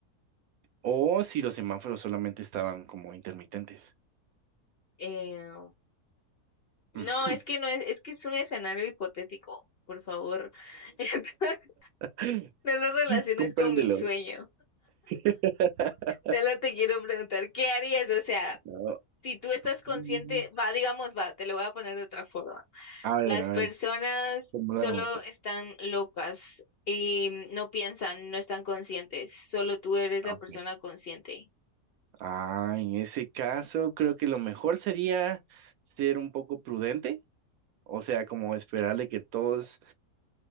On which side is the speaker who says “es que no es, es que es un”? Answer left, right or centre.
Left